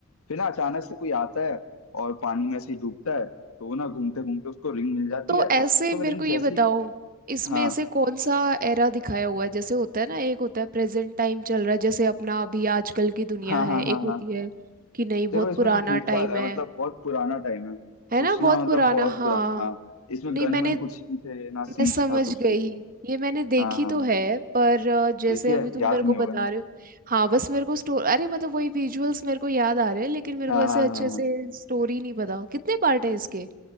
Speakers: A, on the left; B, on the right.
A: फिर ना अचानक से कोई आता है और पानी में से ही डूबता है तो वो ना घूमते घूमते उसको रिंग मिल जाती
B: तो
A: है
B: ऐसे
A: तो
B: मेरे
A: रिंग
B: को
A: जैसी
B: ये बताओ इसमें
A: हाँ
B: ऐसे कौन सा एरा दिखाया हुआ है जैसे होता है ना एक होता है प्रेजेंट टाइम चल रहा है जैसे अपना अभी आजकल की दुनिया
A: हाँ
B: है
A: हाँ
B: एक
A: हाँ
B: होती
A: हाँ
B: है कि नहीं बहुत
A: देखो इसमें
B: पुराना
A: तो भूतकाल
B: टाइम
A: है
B: है
A: मतलब बहुत पुराना टाइम है
B: है
A: कुछ
B: ना
A: ना
B: बहुत पुराना
A: मतलब बहुत
B: हाँ
A: पुराना हाँ इसमें
B: नहीं
A: गन
B: मैंने
A: वन कुछ नहीं थे ना
B: मैं
A: सीज
B: समझ
A: था कुछ
B: गई
A: भी
B: ये मैंने देखी
A: हाँ हाँ हाँ
B: तो है पर अ, जैसे
A: देखिए
B: अभी तुम
A: याद
B: मेरे
A: नहीं
B: को बता
A: होगा ना
B: रहे हो हाँ बस मेरे को स्टोर अरे मतलब वही विजुअल्स मेरे को याद आ रहे हैं लेकिन मेरे
A: हाँ
B: को ऐसे
A: हाँ हाँ
B: अच्छे से
A: हाँ
B: स्टोरी नहीं पता कितने पार्ट है इसके